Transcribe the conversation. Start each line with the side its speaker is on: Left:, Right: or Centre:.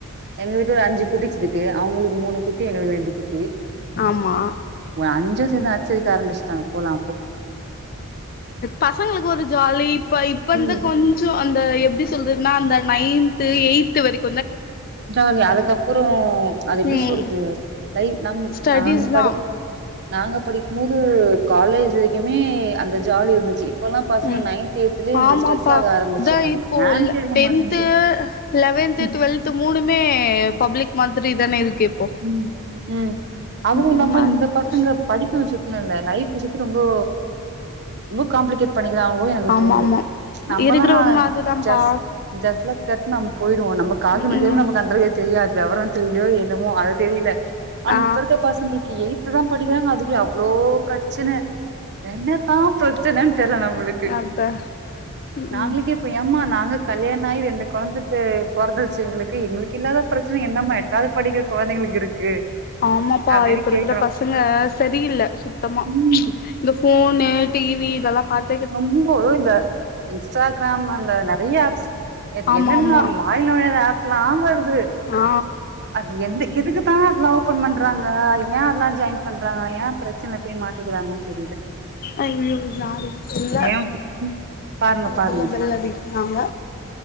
Right: எங்க வீட்டுல ஒ அஞ்சு குட்டீஸ் இருக்கு அவங்களுக் மூணு குட்டி எங்களுக் ரெண்டு குட்டி
Left: ஆமா
Right: அஞ்சு சேந்து அச்சரிக்க ஆரம்பிச்சுட்டாங் போலா
Left: பசங்களுக் ஒரு ஜாலி இப்ப இப்பந்த
Right: ம்
Left: கொஞ் ஜோ அந்த எப்படி சொல்றதுன்னா அந்த நைன்த்து எயித்து வரைக்
Right: ஜாலி அதுக்கப்புறோ அது எப்படி
Left: ம்
Right: சொல்றது லை நம்
Left: ஸ்டடிஸ்
Right: நாங்க
Left: தா
Right: படி நாங்க படிக்கும் போது காலேஜ் வரைக்குமே அந்த ஜாலி இருந்துச்சி இப்பெல்லா பசங்க
Left: ம்
Right: நைன்த் எய்த்துலியே இந்த
Left: ஆமாப்பா
Right: ஸ்ட்ரெஸ் ஆக ஆரம்பிச்சுட்டாங்க
Left: இதா இப்போ
Right: ஏன் தெரிய
Left: டென்த்து
Right: மாட்டேங்குது
Left: லெவன்த்து
Right: ம்,
Left: டுவெல்த் மூணுமே பப்ளிக் மாதிரி தானே இருக்கு இப்போ
Right: ம் ம் அதுவு
Left: ம்
Right: இல்லாம
Left: ம் அது
Right: இந்த பசங்க
Left: கஷ்டோ
Right: படிப்பு விஷயத்துல இல்ல லைஃப் விஷயத்துக்கு ரொம்போ ரொம்ப காம்ப்ளிகேட் பண்ணிக்கிறாங்களோ எனக்கு
Left: ஆமா
Right: தோணுது
Left: ஆமா
Right: நம்மலா
Left: இருக்கிற உண்ம அதுதான்ப்பா
Right: ஜஸ்ட் ஜெஸ்ட் லைக் தட்டுனு நம்ம போய்வோ நமக்கு
Left: ம்
Right: ஆக வேண்டியது
Left: ம்
Right: நமக்கு அளவுக்கே தெரியாது விவரந் தெரிஞ்சோ என்னமோ அது தெரியல ஆனா
Left: ஆ
Right: இப்ப இருக்க பசங்க பசங்களுக்கு எய்த்து தா படிக்கிறாங்க அதுக்குல்லயே அவ்ளோ ப்ரச்சுன என்னத்தா பட் ப்ரச்சனன் தெர்ல நம்மளுக்கு
Left: அதா
Right: நாங்களுக்கே
Left: ம்
Right: இப் ப்ப ஏம்மா நாங்க கல்யாண ஆகி ரெண்டு கொழந்த பெ பொறந்துடுச்சு எங்களுக்கு எங்களுக்கு இல்லாத ப்ரச் என்னாம எட்டாவது படிக்கிற கொழந்தைகளுக்கு இருக்கு
Left: ஆமாப்பா
Right: அப்டின்னு
Left: இப்ப இருக்குற
Right: கேக்குறோ
Left: பசங்க சரியில்ல சுத்தமா
Right: ம்
Left: இந்த ஃபோனு டிவி இதல்லா பாத்
Right: நெம்போ இந்த இன்ஸ்டாகிராம் அந்த நெறைய ஆப்ஸ் அது
Left: ஆமா
Right: என்னன்னா
Left: ஆமா
Right: வாயில்ல நொழையாத ஆப்லா வருது
Left: ஆ
Right: அது எந்த எதுக்குத்தா அதெல்லா ஓப்பன் பண்றாங்க ஏ அதுல்லா ஜாயின் பண்றாங்க ஏ ப்ரச்சனை போய் மாட்டிக்கிறாங்கன் தெரியல
Left: அய்யய்யோ யாருன் தெர்ல
Right: ஏன் ம். பாருங்க
Left: அதுக்குள்ள
Right: பாருங்க
Left: பெல் அடிக் க்கிறாங்க